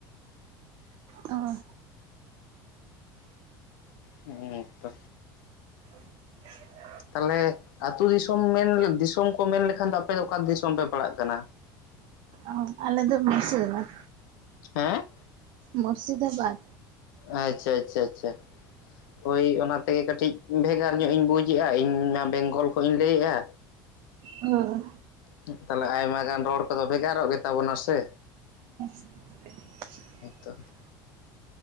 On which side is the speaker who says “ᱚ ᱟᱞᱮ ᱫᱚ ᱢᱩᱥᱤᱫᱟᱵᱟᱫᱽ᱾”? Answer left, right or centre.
Right